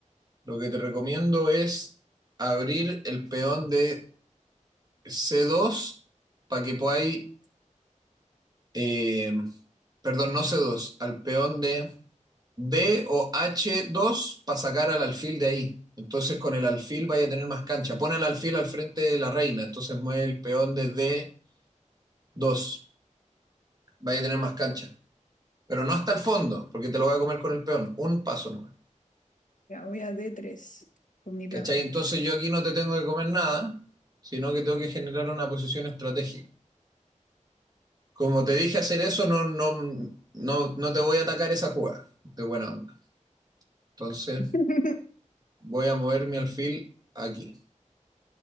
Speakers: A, on the right (about 30°); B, on the left (about 80°).
A: Lo que te recomiendo es abrir el peón de C2 para que podáis, eh, perdón, no C2, al peón de D o H2 para sacar al alfil de ahí. Entonces con el alfil vaya a tener más cancha. Pon el alfil al frente de la reina, entonces mueve el peón de D2. vaya a tener más cancha. Pero no hasta el fondo, porque te lo voy a comer con el peón, un paso nomás.
B: Ya voy a d tres con mi peón.
A: ¿Cachai? Entonces yo aquí no te tengo que comer nada, sino que tengo que generar una posición estratégica. Como te dije hacer eso, no, no, no, no te voy a atacar esa jugada de buena onda. Entonces
B: <laughs>
A: voy a mover mi alfil aquí,